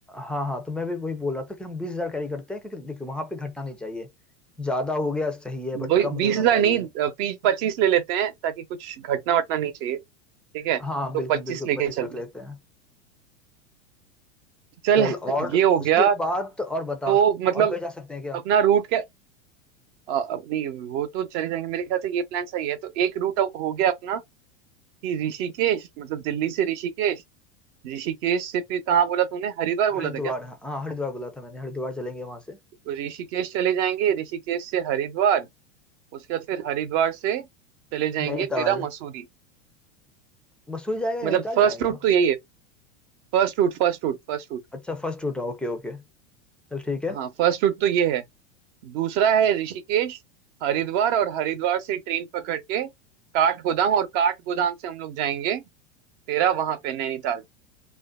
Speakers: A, in the centre; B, on the right (about 55°).
A: हाँ हाँ तो मैं भी वही बोल रहा था कि हम बीस हजार कैरी करते हैं क्योंकि देखो वहां पे घटना नहीं चाहिए ज्यादा हो गया सही है बट
B: वही
A: कम नहीं
B: बीस
A: होना
B: हजार
A: चाहिए
B: नहीं बीस पच्चीस ले लेते हैं ताकि कुछ घटना वटना नहीं चाहिए ठीक है
A: हाँ
B: तो
A: बिल्कुल
B: पच्चीस
A: बिल्कुल
B: लेके
A: पच्चीस
B: चलते
A: रख लेते
B: हैं
A: हैं
B: चल
A: चल और
B: ये हो
A: उसके
B: गया
A: बाद तो और
B: तो
A: बता और
B: मतलब
A: कहीं जा सकते हैं क्या
B: अपना रूट अ, अपनी वो तो चले जाएंगे मेरे ख्याल से ये प्लान सही है तो एक रूट हो गया अपना कि ऋषिकेश मतलब दिल्ली से ऋषिकेश ऋषिकेश से फिर कहाँ बोला तूने हरिद्वार
A: हरिद्वार
B: बोला था क्या
A: हाँ हरिद्वार बोला था मैंने हरिद्वार चलेंगे वहां से
B: तो ऋषिकेश चले जाएंगे ऋषिकेश से हरिद्वार उसके बाद फिर हरिद्वार से चले जाएंगे
A: नैनीताल
B: तेरा मसूरी
A: मसूरी जाएगा नैनीताल
B: मतलब फर्स्ट
A: जाएगा
B: रूट तो यही है first route first route first route
A: अच्छा फर्स्ट रूट है ओके ओके चल ठीक है
B: हाँ फर्स्ट रूट तो ये है दूसरा है ऋषिकेश हरिद्वार और हरिद्वार से ट्रेन पकड़ के काठगोदाम और काठगोदाम से हम लोग जाएंगे तेरा वहां पे नैनीताल